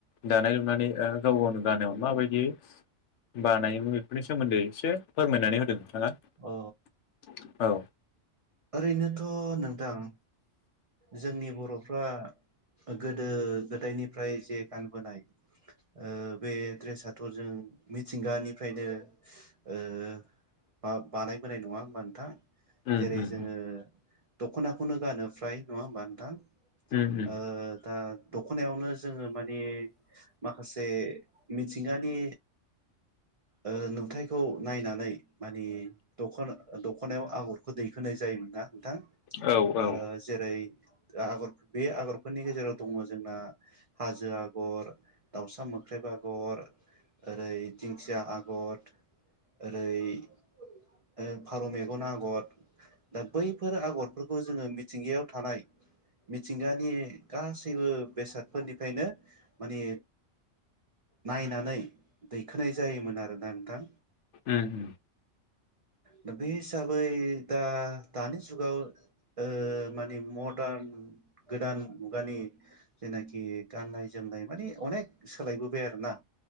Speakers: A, on the left (about 70°); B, on the right (about 35°).
A: दानाय लुनानै ओ गाव गावनो गानोमोन माबायदि बानायोमोन बेफोरनि सोमोन्दै एसे फोरमायनानै होदो। हो
B: अ
A: औ
B: ओरैनोथ नोंथां जोंनि बरफ्रा गोदो गोदायनि ओमफ्राय जे गानबोनाय ओ बे ड्रेसाथ' जों मिथिंगानिफ्रायनो ओ बा बानायबोनाय नंङा होमबा नोंथां?
A: उम
B: जेरै
A: उम
B: जोंङो दखनाखौनो गानो फ्राय नंङा ओमबा नोंथां?
A: उम उम
B: ओ दा दखनायावनो जोंङो माने माखासे मिथिंगानि ओ नुथायाइखौ नायनानै मानि दखना दखनायाव आगरखौ दैखोनाय जायोमोना नोंथां।
A: औ औ
B: ओ जेरै आगर बे आगरफोरनि गेजेराव दङ जोंना हाजो आगर, दाउसा मोख्रेब आगर, ओरै दिंखिया आगर, ओरै फारौ मेगन आगर दा बैफोर आगरफोरखौ जोङो मिथि मिथिंगायाव थानाय मिथिंगानि गासैबो बेसादफोरनिफ्रायनो माने नायनानै दैखोनाय जायोमोन आरोना नोंथां।
A: ओम।
B: दा बे हिसाबै दा दानि जुगाव ओ मानि मदर्न गोदान मुगानि जेनाखि गाननाय जोमनाय मानि अनेक सोलायबोबाय आरोोना